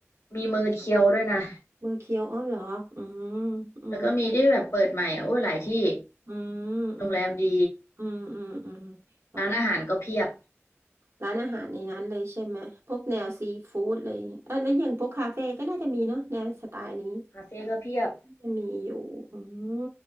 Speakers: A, on the left; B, on the right.
A: มีเมอร์เคียวด้วยนะ
B: เมือร์เคียวอ๋อเหรออืมอืม
A: แล้วก็มีที่แบบเปิดใหม่อะโอ้ยหลายที่
B: อืมอืม
A: โรงแรมดี
B: อืมอืมอืมแล้วนะ
A: ร้านอาหารก็เพียบ
B: ร้านอาหารในนั้นเลยใช่ไหมพวกแนวซีฟู้ดเลยเออแล้วอย่างพวกคาเฟ่ก็น่าจะมีเนาะแนวสไตล์นี้
A: คาเฟ่ก็เพียบ
B: จะมีอยู่อืม